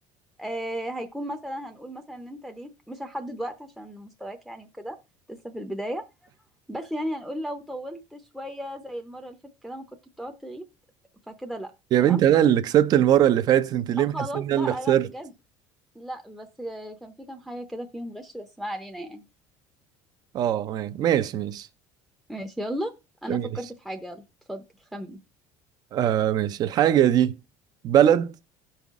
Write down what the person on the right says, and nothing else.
يا
بنت انا اللي كسبت المره اللي فاتت انت ليه
محسسه
ان انا
اللي خسرت
اه ما- ماشي ماشي
ماشي
آه ماشي الحاجه دي بلد